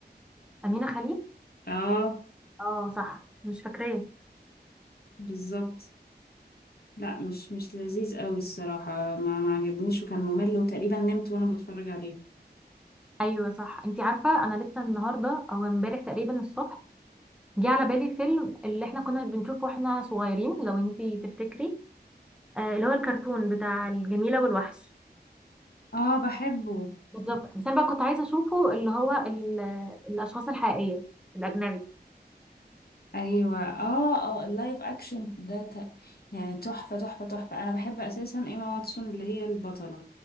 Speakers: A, in the centre; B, on the left.
A: امينه خليل
B: اه
A: اه صح مش فاكراه
B: بالظبط لا مش مش لذيذ قوي الصراحة ما ما عجبنيش وكان ممل وتقريبا نمت وانا بتفرج عليه
A: ايوه صح انتي عارفه انا لسه النهارده او امبارح تقريبا الصبح جه على بالي فيلم اللي احنا كنا بنشوفه واحنا صغيرين لو انتي تفتكري آه اللي هو الكرتون بتاع الجميله والوحش
B: اه بحبه
A: بالظبط بس انا بقى كنت عايزه اشوفه اللي هو ال- الاشخاص الحقيقيه الاجنبي
B: ايوه اه اه اللايف اكشن ده ت... يعني تحفة تحفة تحفة انا بحب اساسا ايما واتسون اللي هي البطلة